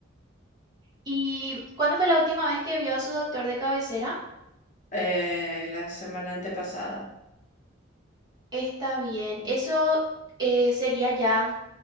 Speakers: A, on the right (about 20°); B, on the left (about 35°).
A: ¿Y cuándo fue la última vez que vio a su doctor de cabecera?
B: eh, la semana antepasada.
A: Está bien. Eso eh, sería ya